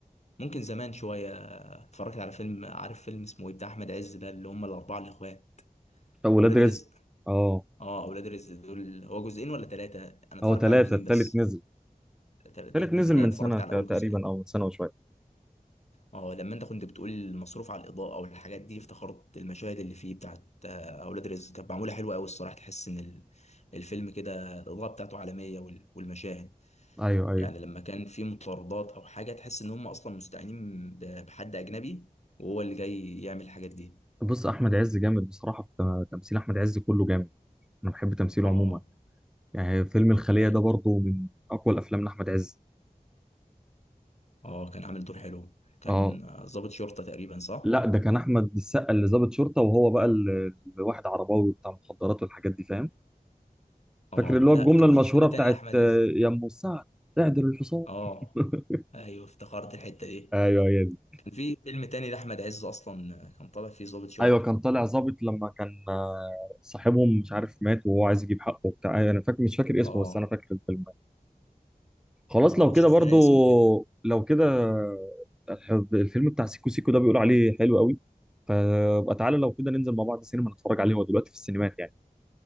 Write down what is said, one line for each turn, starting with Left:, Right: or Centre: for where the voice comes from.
Left: ممكن زمان شوية اتفرجت على فيلم عارف فيلم اسمه ايه بتاع أحمد عز ده اللي هم الأربعة الإخوات
Centre: طب ولاد
Left: أولاد
Centre: رزق
Left: رزق
Centre: اه
Left: اه أولاد رزق دول هو جزئين ولا تلاتة أنا اتفرجت
Centre: هو ثلاثه
Left: على جزئين
Centre: الثالث
Left: بس
Centre: نزل
Left: تل- تالت
Centre: الثالث نزل
Left: نزل لا
Centre: من
Left: اتفرجت
Centre: سنه
Left: على
Centre: تقريبا
Left: أول جزئين
Centre: او من سنه وشويه
Left: اه لما أنت كنت بتقول المصروف على الإضاءة والحاجات دي افتخرت المشاهد اللي فيه بتاعت آه، أولاد رزق كانت معمولة حلوة أوي الصراحة تحس إن ال- الفيلم كده الإضاءة بتاعته عالمية وال- والمشاهد
Centre: ايوه ايوه
Left: يعني لما كان في مطاردات أو حاجة تحس إن هم أصلا مستعينين ب- بحد أجنبي وهو اللي جاي يعمل الحاجات دي
Centre: بص احمد عز جامد بصراحه في تمثيل احمد عز كله جامد انا بحب تمثيله
Left: اه
Centre: عموما يعني فيلم الخليه
Left: ايوه
Centre: ده برضه من اقوى الافلام لاحمد عز
Left: اه كان عامل دور حلو كان
Centre: اه
Left: آه، ضابط شرطة تقريبا صح
Centre: لا ده كان احمد السقا اللي ضابط شرطه وهو بقى ال- الواحد عرباوي بتاع مخدرات والحاجات دي فاهم
Left: اه
Centre: فاكر اللي هو
Left: لا
Centre: الجمله
Left: كان
Centre: المشهوره
Left: في فيلم تاني
Centre: بتاعت
Left: لأحمد
Centre: آه،
Left: عز
Centre: يا ام السعد اعدل الحصان
Left: اه
Centre: <laughs>
Left: ايوه افتكرت الحتة دي
Centre: ايوه هي دي
Left: كان في فيلم تاني لأحمد عز اصلا آه، كان طالع فيه ضابط شرطة
Centre: ايوه كان طالع ظابط لما كان آه، صاحبهم مش عارف مات وهو عايز يجيب حقه وبتاع أيوة، انا فاكر مش فاكر اسمه
Left: اه
Centre: بس انا فاكر الفيلم خلاص
Left: خلاص
Centre: لو كده
Left: شوف
Centre: برضو
Left: لنا اسمه كده
Centre: لو كده الح- الفيلم بتاع سيكو سيكو ده بيقول عليه حلو قوي فبقى تعالى لو كده ننزل مع بعض سينما نتفرج عليه هو دلوقتي في السينمات يعني